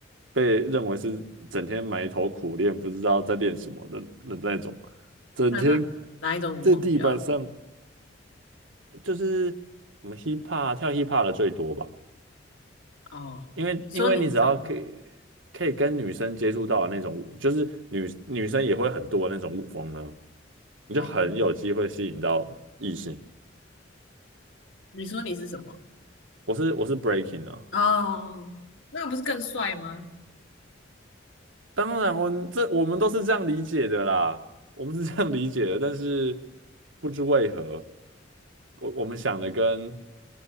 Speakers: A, on the right (about 85°); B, on the left (about 85°).
A: 被认为是整天埋头苦练，不知道在练什么的的那种，整天
B: 那哪哪一种舞风比较？
A: 在地板上就是我们 hip hop 跳 hip hop 的最多吧，
B: 哦，
A: 因为因为你只要可以
B: 你说你是什么？
A: 可以跟女生接触到的那种舞，就是女女生也会很多的那种舞风呢，你就很有机会吸引到异性。
B: 哦，你说你是什么？
A: 我是我是 breaking 啊。
B: 哦，那不是更帅吗？
A: 当然我这我们都是这样理解的啦，我们是这样理解的，但是不知为何，我我们想的跟